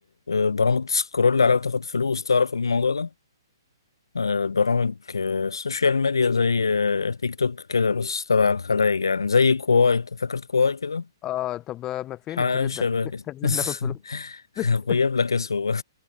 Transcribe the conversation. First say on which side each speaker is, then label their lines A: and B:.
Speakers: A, on the left; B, on the left.
A: آه، برامج تسكرول عليها وتاخد فلوس تعرف الموضوع ده؟ آه، برامج آه، السوشيال ميديا زي آه، تيك توك كده بس تبع الخلايج يعني زي كواي أنت فاكر كواي كده؟
B: اه طب ما فين
A: حاجة
B: الحدود
A: شبه
B: ده <laughs>
A: كده
B: عايزين
A: <laughs>
B: ناخد فلوس <laughs>
A: غيب لك اسمه <laughs>